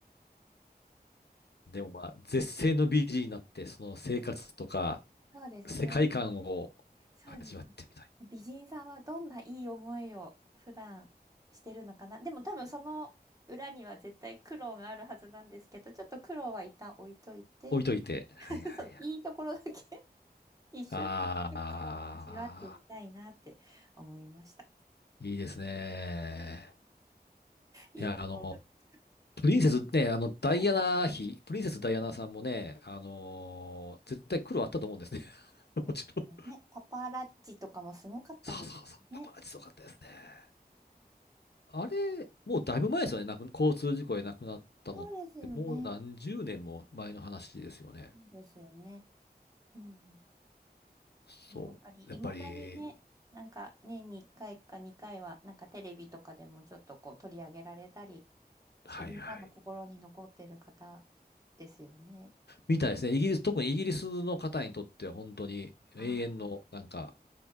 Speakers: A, on the left; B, on the right.
A: でもまあ、絶世の美人になって、その生活とか、
B: そうですね。
A: 世界観を
B: そうです。
A: 味わってみたい。
B: 美人さんはどんないい思いを普段してるのかな。でも多分その裏には絶対苦労があるはずなんですけど、ちょっと苦労は一旦置いといて、
A: 置いといて。はいはいはい。
B: <laughs> そのいいところだけ一瞬
A: ああ、
B: 味わってみたいなって思いました。
A: いいですね。
B: いいところ
A: いや、あの、プリンセスね、あの、ダイアナ妃、
B: で。
A: プリンセスダイアナさんもね、あのー絶対苦労あったと思うんですね。<laughs>
B: そうですね、
A: もちろん。
B: パパラッチとかもすごかったですね。
A: そうそうそう、パパラッチすごかったですね。あれ、もうだいぶ前ですよね。亡く交通事故で亡くなったのって、
B: そうですよね。
A: もう何十年も前の話ですよね。
B: そうですよね。うん。
A: そう。
B: でもやっぱりいまだにね、
A: やっぱり、
B: なんか年に1回か2回は、なんかテレビとかでもちょっとこう取り上げられたり
A: はいはい。
B: して、みんなの心に残ってる方ですよね。
A: みたいですね。イギリス、特にイギリスの方にとっては本当に永遠の、
B: ああ。
A: なんか、